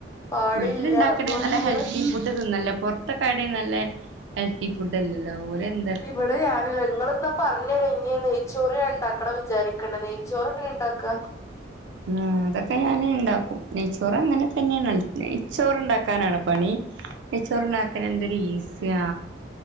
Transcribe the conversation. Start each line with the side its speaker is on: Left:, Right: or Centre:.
Left: പാടില്ല
Right: വീട്ടില്ണ്ടാക്ക്ണ്
Left: പക്ഷെ
Right: നല്ല ഹെൽത്തി ഫുഡ് തിന്നല്ല. പൊർ ഒകെ. <unintelligible> ഹെൽതി ഫുഡ്ല്ലല്ലോ. ഓലെന്ത്
Left: ഇപടെ ആരുല്ലങ്ങള് എന്നാ പറഞ്ഞര് ഇഞി നെയ്ച്ചോറ്ഞാ ഇണ്ടാക്കണം വിചാരിക്ക്ണ്ട്. നെയ്ച്ചോറ് എങ്ങനെ ഇണ്ടാക്ക?
Right: ഉം. അതൊക്കെ ഞാന്ഉണ്ടാക്കും. നെയ്ച്ചോറ് അങ്ങനെതന്നെണ് നെയ്ച്ചോറ്ഉണ്ടാക്കാനാണോ പണി. നെയ്ച്ചോറ്ണ്ടാക്കാന്എന്തൊരു ഈസ്യാ.